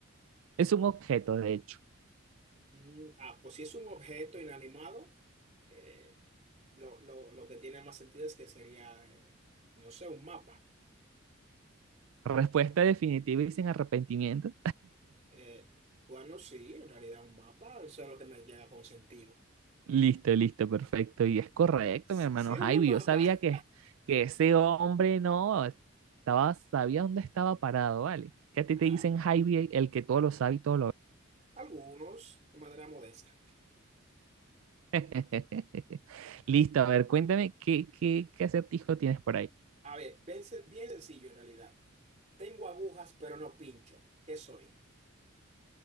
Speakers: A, on the right (about 75°); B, on the right (about 30°).
A: Es un objeto, de hecho.
B: Mm, ah, pues si es un objeto inanimado, eh, lo, lo- lo que tiene más sentido es que sería, eh, no sé, un mapa.
A: Respuesta definitiva y sin arrepentimiento.
B: Eh, bueno, sí, en realidad un mapa, eso es lo que me llega con sentido.
A: Listo, listo, perfecto. Y es correcto,
B: Siendo
A: mi hermano Javi.
B: más
A: Yo sabía
B: baja,
A: que, que ese hombre no estaba, sabía dónde estaba parado, ¿vale? Que a ti te
B: a
A: dicen Javi, el que todo lo sabe y todo lo ve.
B: <laughs> algunos de manera modesta.
A: <laughs> Listo, a ver, cuéntame qué, qué, qué acertijo tienes por ahí.
B: A ver, bien, sen- bien sencillo en realidad. Tengo agujas, pero no pincho. ¿Qué soy?